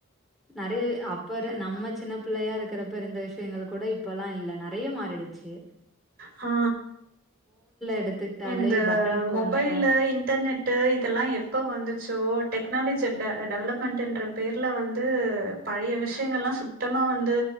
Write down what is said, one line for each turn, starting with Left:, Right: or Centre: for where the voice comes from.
Centre: நறைய அப்ப நம்ம சின்ன பிள்ளயா இருக்றப்ப இருந்த விஷ்யங்கள் கூட இப்பெல்லா இல்ல நறைய மாறிடு ச்சு
Right: ஹா
Centre: எடுத்துக்கிட்டாலே
Right: இந்த
Centre: பட்டன் ஃபோனு
Right: மொபைலு இன்டர்நெட் ட்டு இதெல்லா எப்ப வந்துச்சோ டெக்னாலஜி ட டெவலப்மெண்ட்டுன்ற பேர்ல வந்து பழைய விஷ்யங்கள்லா சுத்தமா வந்து